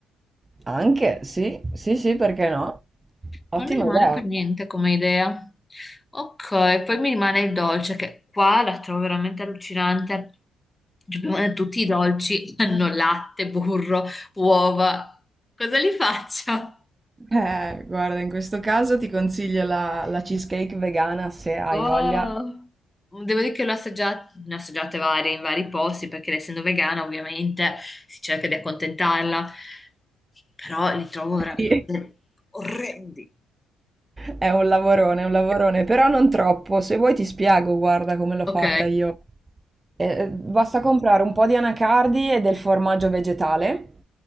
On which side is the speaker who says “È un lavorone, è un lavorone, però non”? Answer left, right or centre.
Right